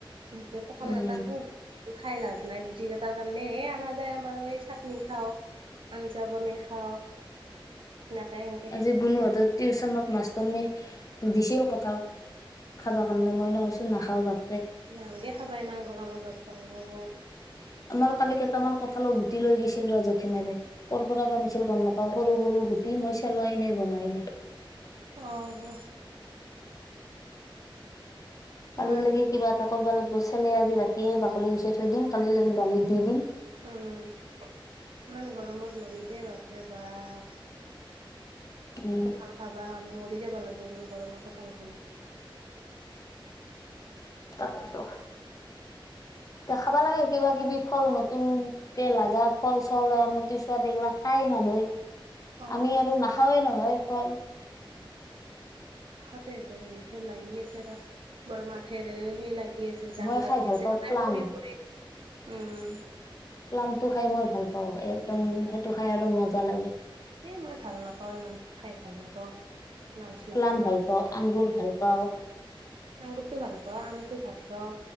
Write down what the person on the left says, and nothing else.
উম
আজি
গুণহঁতৰ টিউচনত মাষ্টৰনি দিচিল কঁঠাল - খাবৰ কাৰনে মই ন কৈছো নাখাওঁ। <unintelligible>
আমাৰ কালি কেইটামান কঠালৰ গুটি লৈ গৈছিল ৰ জেঠমাৰে কৰ' পৰা আনিছিল গম নাপাওঁ, সৰু সৰু গুটি মই চালো এনেই বনোৱাই নাই।
কালি লেগে কিবা
এটা কৰিবা লাগিব চেলে আজ- ৰাতিয়ে বাকলি গুচাই থৈ দিম, কালি দালিত দি দিম-
উম
তাকেটো। এতিয়া খাবা লাগে, কিবা কিবি ফল নতুন কে লাগা ফল-চল এমটি চুৱাত এইবিলাক খাই মানুহে।
আমি আৰু নাখাওৱে নহয় ফল।
মই
খাই ভাল
পাওঁ
প্লাম
প্লামটো খাই মই ভাল পাওঁ, একদম সেইটো খাই আৰু মজা লাগে।
প্লাম ভাল পাওঁ, আংগুৰ ভাল <unintelligible> পাও।